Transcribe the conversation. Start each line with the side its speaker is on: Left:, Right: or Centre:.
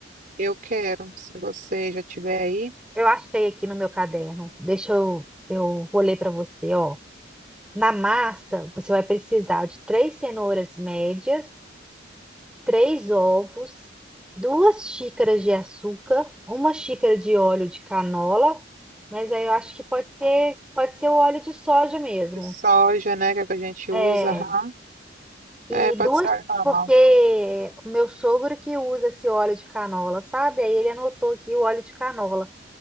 Right: Eu quero, se você já tiver aí.
Centre: Eu achei aqui no meu caderno. Deixa eu, eu vou ler para você, ó. Na massa, você vai precisar de três cenouras médias, três ovos, duas xícaras de açúcar, uma xícara de óleo de canola, mas aí eu acho que pode ser, pode ser o óleo de soja mesmo.
Right: de soja, né, que é o que a gente
Centre: É,
Right: usa, aham.
Centre: e
Right: É, pode
Centre: duas,
Right: ser óleo normal.
Centre: porque o meu sogro que usa esse óleo de canola, sabe? Aí ele anotou aqui o óleo de canola,